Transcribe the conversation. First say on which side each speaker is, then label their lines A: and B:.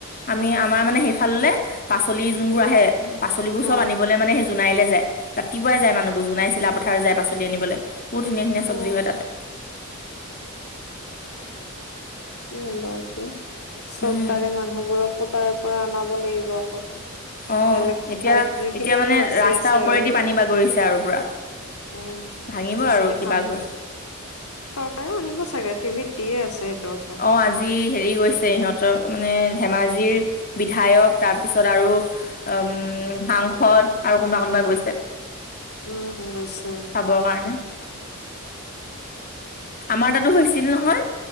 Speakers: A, on the left; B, on the left.
A: আমি আমাৰ মানে সেইফাললে পাচলি যোনবোৰ
B: উম,
A: আহে পালিবোৰ
B: হা
A: চব আনিবলৈ মানে সেই জোনাইলৈ যায় ৰাতিপুৱাই যায় মানুহবোৰ জোনাই চিলা পথা- -থাৰ যায় পাচলি আনিবলৈ বহুত ধুনীয়া ধুনীয়া
B: উম,
A: চব্জি হয় তাতে
B: কি হব এতিয়া চব
A: উম
B: তাৰে মানুহবোৰকো তাৰে পৰা অনাব লাগিব আকৌ
A: অ',
B: বেলেগ
A: এতিয়া
B: ঠাইত যিখিনি
A: এতিয়া
B: মানে বাচি
A: ৰাস্তাৰ
B: আছে
A: ওপৰেদি
B: আৰু
A: পানী বাগৰিছে আৰু পুৰা।
B: উম
A: ভাঙিব
B: যিখিনি
A: আৰু কিবা
B: ভাল দেখ
A: গৈ
B: চৰকাৰেও আনিব চাগে টিভিত দিয়ে আছে কথা।
A: অ আজি হেৰি গৈছে সিহঁতৰ মানে ধেমাজিৰ বিধায়ক তাৰপিছত আৰু উম সাংসদ আৰু কোনোবা কোনোবা গৈছে
B: উম নিশ্চয়
A: চাবৰ কাৰণে। আমাৰ তাতো হৈছিল নহয়